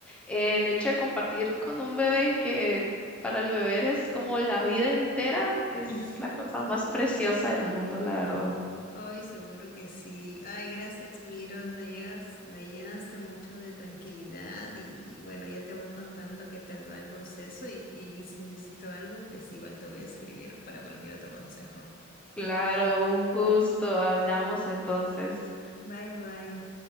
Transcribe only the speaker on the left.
<laughs>
Ay, seguro que sí. Ay, gracias, Miros. Me llegas, me llenaste mucho de tranquilidad y bueno, ya te voy contando qué tal va el proceso y, y si necesito algo, pues igual te voy a escribir para cualquier otro consejo.
Bye, bye.